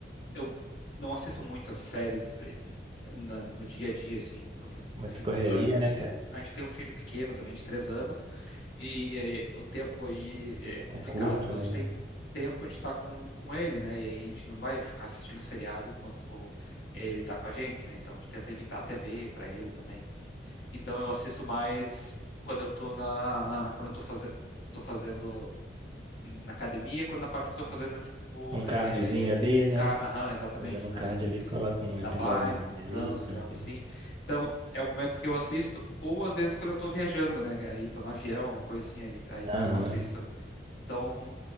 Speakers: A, on the left (about 85°); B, on the right (about 30°).
A: eu não assisto muitas séries eh, na- no dia a dia, assim, porque,
B: muita
A: enfim,
B: correria,
A: a gente,
B: né, cara?
A: a gente tem um filho pequeno também, de três anos. E eh, o tempo aí é complicado.
B: É curto,
A: Quando
B: né?
A: a gente tem tempo, a gente está com, com ele, né? E aí a gente não vai ficar assistindo seriado enquanto eh, ele está com a gente, né? Então a gente tenta evitar a TV para ele também. Então eu assisto mais quando eu tô na, quando eu tô fazendo, tô fazendo na academia, quando na parte que eu tô fazendo, tipo,
B: Um cardiozinho
A: é,
B: ali, né?
A: ca- aham, exatamente,
B: Fazendo um
A: na,
B: cardio ali, coloca um
A: na
B: episódiozinho
A: bike ou no
B: ali,
A: transfer,
B: tranquilo.
A: algo assim. Então, é o momento que eu assisto, ou às vezes quando eu tô viajando, né? Aí tô no avião, uma coisa assim, aí, aí quando
B: Aham,
A: eu assisto, né? Então,